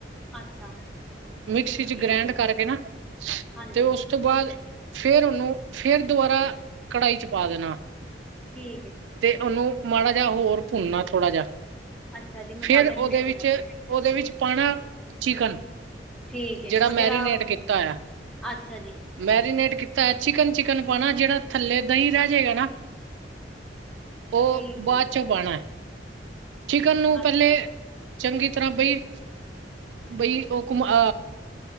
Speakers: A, in the centre; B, on the right.
A: ਅੱਛਾ
B: ਮਿਕਸੀ ਚ
A: ਠੀਕ
B: ਗ੍ਰੈਂਡ
A: ਹੈ
B: ਕਰਕੇ ਨਾ
A: ਹਾਂਜੀ
B: ਤੇ ਉਸ ਤੋਂ ਬਾਅਦ ਫੇਰ ਉਹਨੂੰ ਫੇਰ ਦੁਬਾਰਾ ਕੜਾਹੀ ਚ ਪਾ ਦੇਣਾ।
A: ਠੀਕ ਹੈ
B: ਤੇ ਉਹਨੂੰ ਮਾੜਾ ਜਿਹਾ ਹੋਰ ਭੁੰਨਨਾ ਥੋੜ੍ਹਾ ਜਿਹਾ
A: ਅੱਛਾ ਜੀ ਮਸਾਲੇ
B: ਫੇਰ ਉਹਦੇ
A: ਨੂੰ ਨਹੀਂ ਭੁੰਨਣਾ
B: ਵਿੱਚ
A: ਫਿਰ
B: ਉਹਦੇ ਵਿੱਚ ਪਾਣਾ ਚਿਕਨ
A: ਠੀਕ ਹੈ
B: ਜਿਹੜਾ
A: ਉਹ
B: ਮੈਰੀਨੇਟ
A: ਜਰਾ
B: ਕੀਤਾ ਹੋਇਆ।
A: ਅੱਛਾ ਜੀ
B: ਮੈਰੀਨੇਟ ਕੀਤਾ ਹੋਇਆ ਚਿਕਨ ਚਿਕਨ ਪਾਣਾ ਜਿਹੜਾ ਥੱਲੇ ਦਹੀਂ ਰਹਿ ਜੇਗਾ ਨਾ। ਉਹ
A: ਠੀਕ। ਹੈ
B: ਬਾਅਦ
A: ਜੀ
B: ਚੋਂ ਪਾਣੈ ਚਿਕਨ ਨੂੰ ਪਹਿਲੇ
A: ਅੱਛ
B: ਚੰਗੀ ਤਰ੍ਹਾਂ ਬਈ ਬਈ ਉਹ ਘੁਮਹ